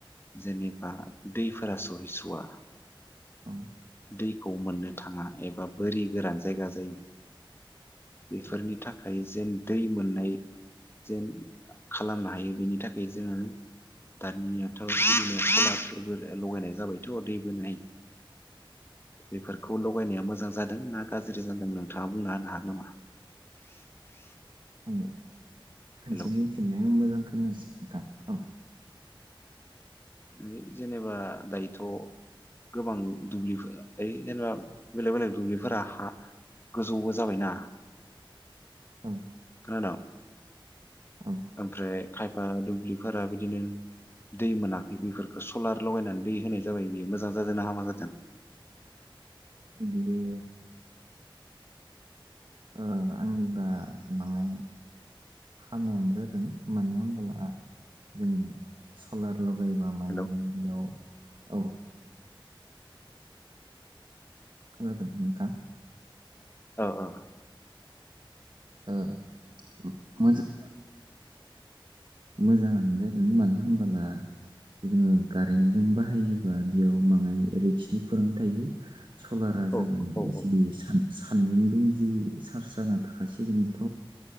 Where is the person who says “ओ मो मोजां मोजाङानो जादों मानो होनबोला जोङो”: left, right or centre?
Right